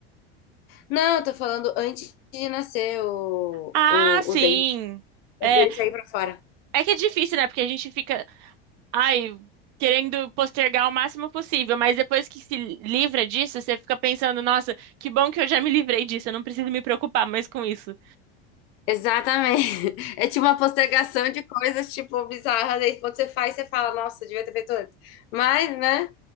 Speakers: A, on the left (about 75°); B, on the right (about 55°).
A: Não, eu tô falando antes de nascer o,
B: Ah,
A: o,
B: sim.
A: o dente,
B: É,
A: antes dele sair pra fora.
B: é que é difícil, né? Porque a gente fica, ai, querendo postergar o máximo possível, mas depois que se livra disso, você fica pensando, nossa, que bom que eu já me livrei disso, eu não preciso me preocupar mais com isso.
A: Exatamente. <laughs> É tipo uma postergação de coisas, tipo, bizarras. Aí quando você faz, você fala, nossa, devia ter feito antes. Mas, né?